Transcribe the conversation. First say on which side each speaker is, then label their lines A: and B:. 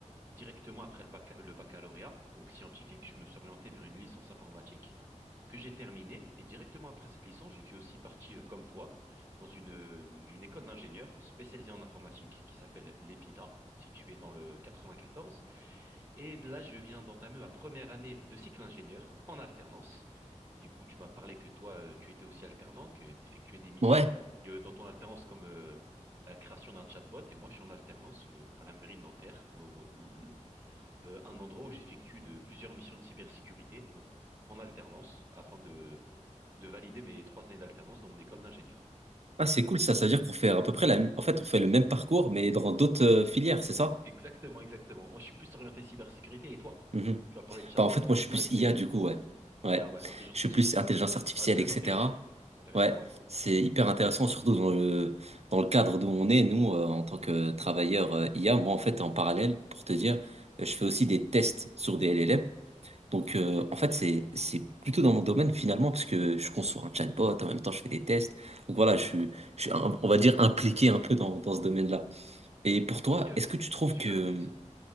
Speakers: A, on the right (about 20°); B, on the right (about 55°).
A: directement après le bac- le baccalauréat, donc scientifique, je me suis orienté vers une licence informatique que j'ai terminée. Et directement après cette licence, je suis aussi parti, euh, comme toi, dans une, euh, une école d'ingénieurs spécialisée en informatique qui s'appelle l'EPITA, située dans le 94. Et là, je viens d'entamer ma première année de cycle ingénieur en alternance. Et du coup, tu m'as parlé que toi, euh, tu étais aussi alternant, que tu effectuais des missions
B: Ouais.
A: euh, dans ton alternance comme euh, la création d'un chatbot. Et moi, je suis en alternance euh, à la mairie de Nanterre pour euh, où le- euh, un endroit où j'effectue de plusieurs missions de cybersécurité, donc en alternance, afin de, de valider mes trois années d'alternance dans mon école d'ingénieur.
B: Ah, c'est cool ça, ça veut dire qu'on fait à peu près la même... En fait, on fait le même parcours, mais dans d'autres euh, filières, c'est ça?
A: Euh, Exactement, exactement. Moi, je suis plus orienté cybersécurité. Et toi?
B: Mhm.
A: Tu vas parler de chatbot,
B: Bah, en fait, moi,
A: euh, je
B: je suis
A: parie
B: plus
A: que
B: IA,
A: c'est
B: du coup, ouais. Ouais.
A: I a ouais, intelligence
B: Je suis
A: artificielle,
B: plus intelligence
A: ok.
B: artificielle,
A: Ah, très
B: etc.
A: intéressant. Intéressant,
B: Ouais.
A: ouais.
B: C'est hyper intéressant, surtout dans le, dans le cadre d'où on est, nous, euh, en tant que travailleurs euh, IA. Moi, en fait, en parallèle, pour te dire, euh, je fais
A: Hmm,
B: aussi des tests sur des LLM. Donc, euh,
A: Ok,
B: en fait, c'est,
A: ok,
B: c'est plutôt dans mon domaine finalement, parce que je conçois un chatbot, en même temps, je fais des tests. Donc voilà, je suis, je suis un- on va dire, impliqué un peu dans, dans ce domaine-là. Et pour toi,
A: ok, ok.
B: est-ce que tu trouves
A: Super
B: que,
A: intéressant.